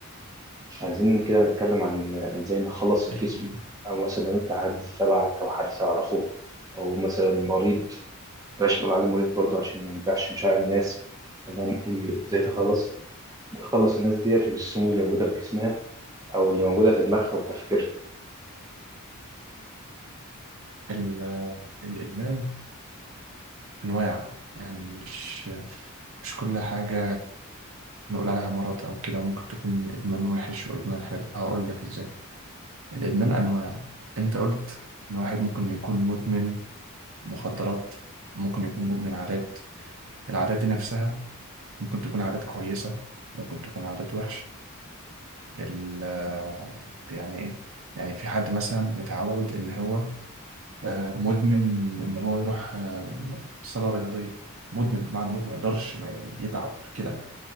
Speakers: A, on the right; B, on the right.
A: عايزين كده نتكلم عن ازاي نخلص الجسم
B: ال-
A: او مثلا لو انت حد تبعك او حد تعرفه او مثلا مريض بلاش نقول عليه مريض برضه عشان ما نجرحش مشاعر الناس خلينا نقول ازاي تخلص تخلص الناس ديت من السموم اللي موجوده في جسمها او اللي موجوده في دماغها وتفكيرها
B: ال- الإدمان أنواع يعني مش مش كل حاجة نقول عليها مرض أو كده ممكن تكون إدمان وحش وإدمان حلو هقول لك إزاي الإدمان أنواع أنت قلت إن واحد ممكن يكون مدمن مخدرات ممكن يكون مدمن عادات العادات دي نفسها ممكن تكون عادات كويسة ممكن تكون عادات وحشة ال يعني إيه يعني في حد مثلا متعود إن هو آه، مدمن ان هو يروح آه، صاله رياضيه مدمن بمعنى مدمن ما يقدرش ما يتعب كده